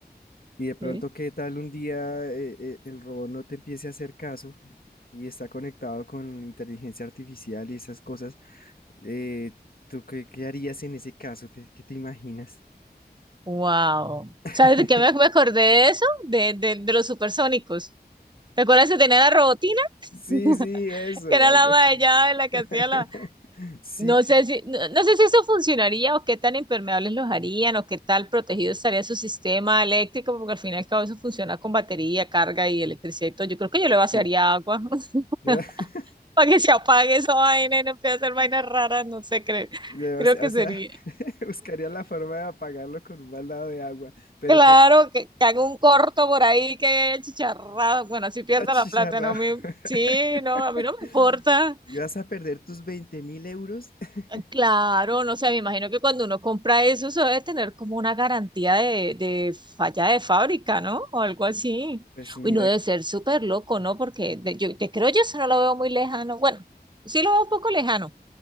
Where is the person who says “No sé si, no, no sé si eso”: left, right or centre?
Right